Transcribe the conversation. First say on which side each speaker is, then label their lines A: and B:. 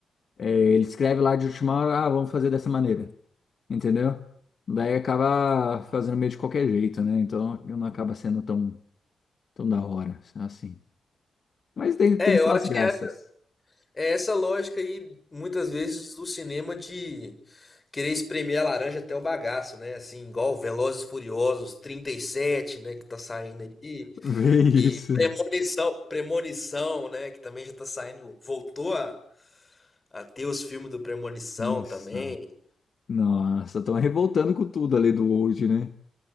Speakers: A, on the left (about 55°); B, on the left (about 25°).
A: É, ele escreve lá de última hora, ah, vamos fazer dessa maneira, entendeu? Daí acaba fazendo meio de qualquer jeito, né? Então não acaba sendo tão, tão da hora, assim. Mas tem,
B: É,
A: tem suas
B: eu acho
A: graças.
B: que é essa é essa lógica aí, muitas vezes, do cinema de Querer espremer a laranja até o bagaço, né? Assim, igual Velozes e Furiosos 37, né? Que tá saindo aí.
A: <laughs> Vê
B: E
A: isso.
B: Premonição, Premonição, né? Que também já tá saindo. Voltou a, a ter os filmes do Premonição
A: Isso.
B: também.
A: Nossa, estão revoltando com tudo ali do Old, né?